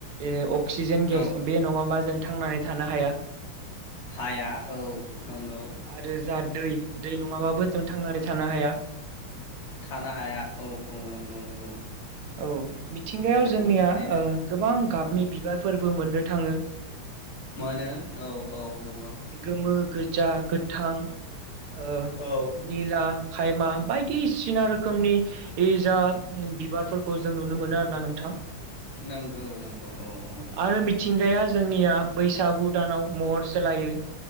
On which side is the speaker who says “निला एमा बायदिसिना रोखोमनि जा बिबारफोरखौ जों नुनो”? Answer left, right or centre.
Right